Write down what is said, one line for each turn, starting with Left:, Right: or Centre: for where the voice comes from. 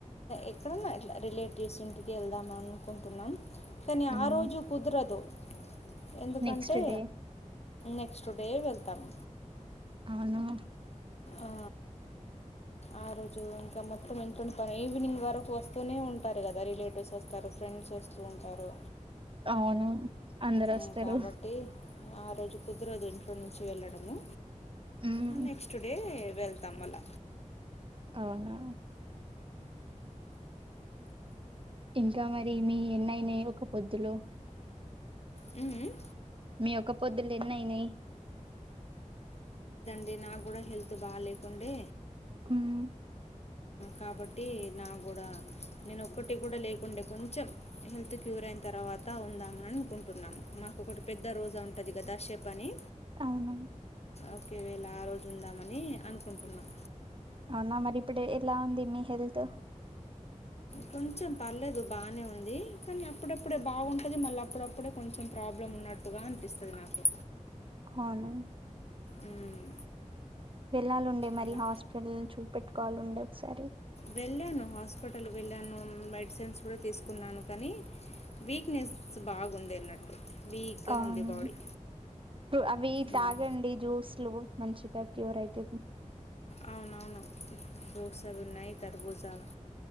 Left: ఎక్కడన్నా ఎట్లా రిలేటివ్స్ ఇంటికి వెళ్దాం అనుకుంటున్నాం కానీ
Right: హ్మ్
Left: ఆ రోజు కుదరదు ఎందుకంటే
Right: నెక్స్ట్ డే
Left: నెక్స్ట్ డే వెళ్తామ్
Right: అవునా
Left: ఆ ఆరో జూన్ ఇంకా మొత్తం ఇంట్లోని పనే ఈవినింగ్ వరకు వస్తూనే ఉంటారు కదా రిలేటివ్స్ వస్తారు. ఫ్రెండ్స్ వస్తూ ఉంటారు
Right: అవును అందరు
Left: ఉమ్,
Right: వస్తారు
Left: కాబట్టి ఆ రోజు కుదరదు ఇంట్లో నుంచి వెళ్ళడము
Right: హ్మ్
Left: ఆ నెక్స్ట్ డే వెళ్తాం మల్ల
Right: అవునా ఇంకా మరి మీ ఎన్నయినాయి ఒక పొద్దులో
Left: హు హ్మ్
Right: మీ ఒక్క పొద్దులు ఎన్నయినాయి
Left: అంటే నాకు కూడా హెల్త్ బా లేకుండే
Right: హ్మ్
Left: కాబట్టి నా కూడా నేను ఒక్కటిే కూడా లేకుండే కొంచెం హెల్త్ క్యూర్ అయిన తర్వాత ఉందామని అనుకుంటున్నాను మాకు ఒకటి పెద్ద రోజా ఉంటుంది కదా శబ్ పని
Right: అవునా
Left: ఒకేవేళ ఆ రోజు ఉందామని అనుకుంటున్నాం
Right: అవునా మరి ఇప్పుడు ఎలా ఉంది మీ హెల్త్
Left: కొంచెం పర్లేదు బానే ఉంది. కానీ అప్పుడప్పుడే బాగుంటుంది మళ్ళీ అప్పుడప్పుడే కొంచెం ప్రాబ్లం ఉన్నట్టుగా అనిపిస్తుంది నాకు
Right: అవునవున్
Left: ఉమ్,
Right: వెళ్ళాలండి మరి
Left: అలా
Right: హాస్పిటల్ చూపెట్టు కాల్ అండి ఒకసారి
Left: వెళ్ళాను హాస్పిటల్ వెళ్ళాను మెడిసిన్స్ కూడా తీసుకున్నాను కానీ వీక్నెస్ బాగుంది అన్నట్టు వీక్గా
Right: అవును
Left: ఉంది బాడీ
Right: అవి తాగండి
Left: ఉమ్.
Right: జ్యూస్లు మంచిగా క్యూర్ అయితది
Left: అవునవును ఫ్రూట్స్ ఉన్నాయి కర్బూజా